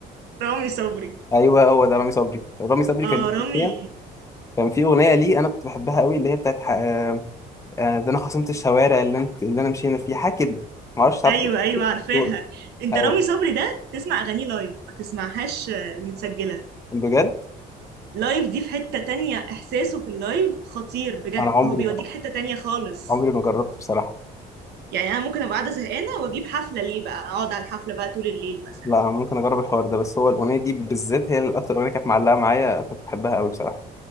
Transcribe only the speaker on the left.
ايوه هو ده رامي صبري رامي صبري
كان
ليه أغنية- كان في اغنيه ليه انا كنت بحبها قوي اللي هي بتاعت ح- آه، آه، ده انا خصمت الشوارع اللي انت اللي انا مشينا فيها حاجه كده ما اعرفش عارفه
دورة
ايوه
بجد
انا عمري
عمري ما جربت بصراحه
لا ممكن اجرب الحوار ده بس هو الاغنيه دي بالذات هي الاكتر اغنيه كانت معلقه معايا كنت بحبها قوي بصراحه